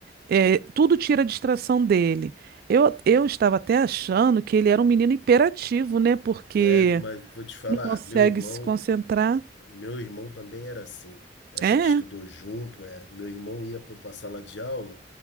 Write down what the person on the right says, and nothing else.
É, tudo tira a distração dele. Eu, eu estava até achando que ele era um menino hiperativo, né? Porque
não consegue
se concentrar.
É,